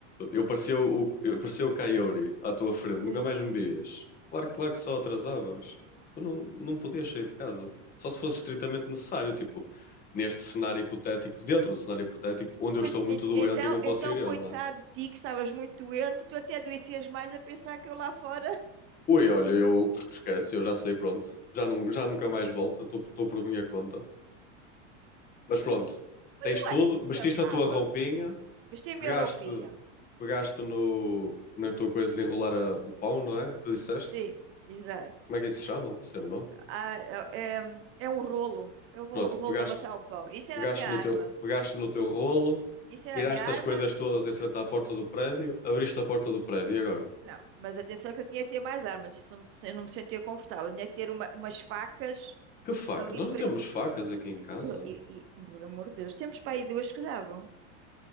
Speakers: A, on the left; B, on the right.
A: Eu parecia o, eu parecia o Coyote à tua frente,
B: Sim.
A: nunca mais me vias. Claro, claro que só atrasavas. Tu não, não podias sair de casa. Só se fosse estritamente necessário, tipo, neste cenário hipotético, dentro do cenário hipotético, onde eu
B: Coit-
A: estou muito
B: en-
A: doente
B: Então,
A: e não posso
B: então,
A: ir eu,
B: coitado
A: não é?
B: de ti, que estavas muito doente, tu até adoecias mais a pensar que eu lá fora. <laughs>
A: Ui, olha, eu esquece, eu já sei, pronto. Já, não, já nunca mais volto, eu estou por estou por minha conta. Mas pronto,
B: Mas
A: tens
B: eu
A: tudo,
B: acho que me
A: vestiste
B: safava.
A: a tua roupinha,
B: Vesti a minha
A: pegaste,
B: roupinha.
A: pegaste no, na tua coisa de enrolar a- o pão, não é? Tu disseste?
B: Sim, exato.
A: Como é que isso se chama? Esse é o nome?
B: Ah, é, é é um rolo. É o rolo,
A: Pronto,
B: o rolo
A: pegaste,
B: de amassar o pão. Isso era
A: pegaste
B: a minha arma.
A: no teu, pegaste no teu rolo,
B: Isso era
A: tiraste
B: a minha arma.
A: as coisas todas em frente à porta do prédio, abriste a porta do prédio e agora?
B: Não, mas atenção que eu tinha que ter mais armas, isso não me, eu não me sentia confortável. Eu tinha que ter uma- umas facas
A: Que faca?
B: ali.
A: Nós
B: pre-
A: não temos facas aqui em casa.
B: E, e- e, por amor de Deus, temos para aí duas que davam.